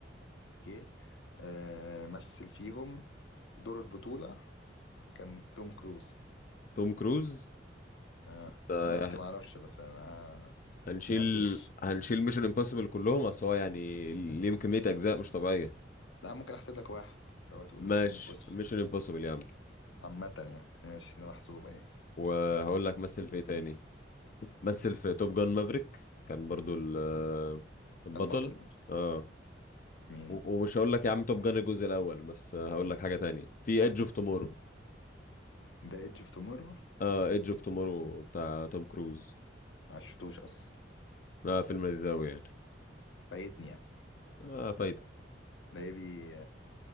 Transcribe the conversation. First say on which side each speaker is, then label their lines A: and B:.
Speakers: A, on the left; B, on the left.
A: اوكي آه مثل فيهم دور البطولة كان توم كروز
B: توم كروز
A: آه
B: ده
A: انا نفسي ما اعرفش بس انا
B: هنشيل
A: هسيرش
B: هنشيل ميشن امبوسيبل كلهم اصل هو يعني ليهم كمية اجزاء مش طبيعية
A: لا ممكن احسب لك واحد لو هتقول
B: ماشي
A: ميشن امبوسيبل
B: ميشن امبوسيبل يا عم
A: عامة يعني ماشي ده محسوب اهي
B: وهقول لك مثل في ايه تاني مثل في توب جان مافريك كان برضو ال- البطل
A: البطل
B: اه
A: مين
B: و- ومش هقول لك يا عم توب جان الجزء الاول بس هقول لك حاجة تانية في ايدج اوف تومورو
A: ذا ايدج اوف تومورو
B: اه ايدج اوف تومورو بتاع توم كروز
A: عشتوش اصلا
B: اه فيلم لذيذ أوي يعني
A: فايتني يعني
B: اه فايدة
A: ده يبي